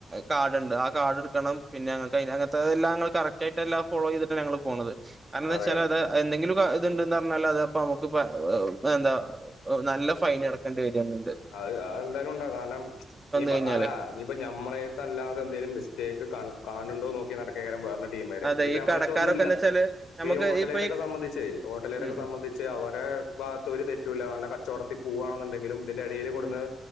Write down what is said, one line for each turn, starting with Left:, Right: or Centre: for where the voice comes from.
Right: കാ ണ്ട് ആ കാഡ് എടുക്കണം പിന്നെ അങ്ങനത്തെ കറക് ആയിട്ട്ല്ലാം ഫോളോ ചെയ്തിട്ടാണ് ഞങ്ങൾ പോണത് കാരണം എന്താ
Left: അതെ
Right: വെച്ചാല്
Left: അതെ
Right: അത് എന്തെങ്കിലും ഇണ്ട്ന്ന് പറഞ്ഞാൽ അത്പ്പ നമുക്ക് എന്താ നല്ല ഫൈൻ അടക്കേണ്ടി വര്ണ് ണ്ട്
Left: അത് അതെന്തായാലും ഉണ്ടാകും കാരണം ഇനിയിപ്പോ
Right: കഴിഞ്ഞാല്
Left: അല്ല ഇനിപ്പൊ ഞമ്മളെട്ത്ത് അല്ലാതെ എന്തെലും മിസ്റ്റേക്ക് ക കാണണ്ടോ നോക്കി നടക്കേക്കാരം വേറള്ള ടീമാര്
Right: അതെ
Left: ഇനിയിപ്പൊ
Right: ഈ
Left: നമ്മളട്ത്ത്
Right: കടക്കാരൊക്കെ
Left: ഒന്നുല്ല
Right: എന്താ വെച്ചാല് നമുക്ക്
Left: ഈ ഹോട്ടലേരൊക്കെ
Right: ഇപ്പൊ ഈ
Left: സംബന്ധിച്ച് ഹോട്ടലേരൊക്കെ
Right: ഉം ഉം
Left: സംബന്ധിച്ച് അവരുടെ ഭാഗത്ത് ഒരു തെറ്റൂില്ലല്ല നല്ല കച്ചവടത്തി പോവവാണെന്നുണ്ടെങ്കിലും ഇതിന്റെ അടിയിൽ കൂടന്ന്
Right: ഉം